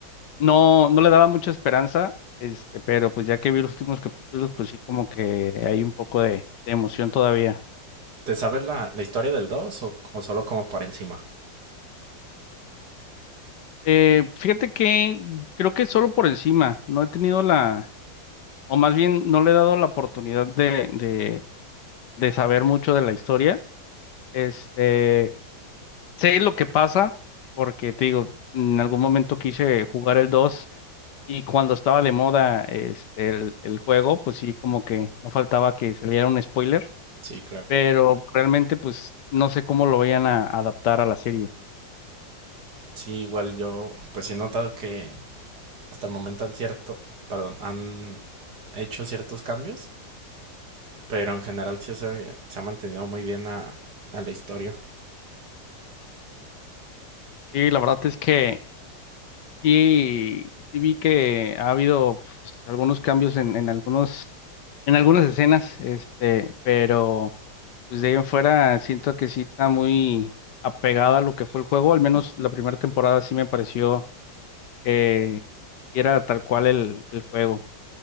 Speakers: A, on the left; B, on the right.
A: no, no le daba mucha esperanza, este, pero pues ya que vi los últimos capítulos, pues sí como que hay un poco de, de emoción todavía.
B: ¿Te sabes la, la historia del 2 o, o solo como por encima?
A: Eh, fíjate que creo que solo por encima, no he tenido la o más bien no le he dado la oportunidad de, de, de saber mucho de la historia. Este, sé lo que pasa, porque te digo, en algún momento quise jugar el 2 y cuando estaba de moda este, el, el juego, pues sí, como que no faltaba que saliera un spoiler,
B: Sí, claro.
A: pero realmente pues no sé cómo lo vayan a adaptar a la serie.
B: Sí, igual yo pues he notado que hasta el momento han cierto, perdón, han hecho ciertos cambios, pero en general sí se, se ha mantenido muy bien a, a la historia.
A: Sí, la verdad es que sí, sí vi que ha habido pues, algunos cambios en, en algunos en algunas escenas, este, pero pues de ahí en fuera siento que sí está muy apegada a lo que fue el juego, al menos la primera temporada sí me pareció eh, era tal cual el, el juego.